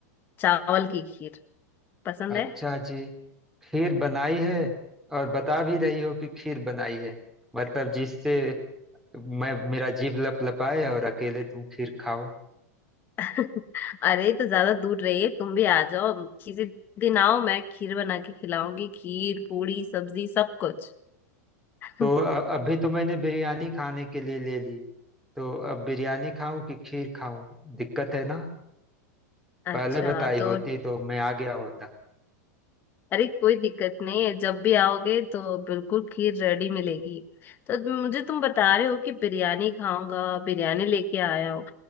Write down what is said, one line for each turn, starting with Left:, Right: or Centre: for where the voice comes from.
Left: चावल की खीर पसंद
Centre: अच्छा
Left: है
Centre: जी खीर बनाई है और बता भी रही हो कि खीर बनाई है मतलब जिससे मैं मेरा जीभ लपलपाए और अकेले तुम खीर खाओ
Left: <laughs> अरे तो ज्यादा दूर रहिए तुम भी आ जाओ किसी दिन आओ मैं खीर बना के खिलाऊंगी खीर पूड़ी सब्जी सब कुछ <laughs>
Centre: तो अ- अभी तो मैंने बिरयानी खाने के लिए ले ली तो अब बिरयानी खाऊं कि खीर खाऊं दिक्कत है ना
Left: अच्छा
Centre: पहले बताई
Left: तो
Centre: होती तो मैं आ गया होता
Left: अरे कोई दिक्कत नहीं है जब भी आओगे तो बिल्कुल खीर रेडी मिलेगी तो मुझे तुम बता रहे हो कि बिरयानी खाऊंगा बिरयानी लेके आया हो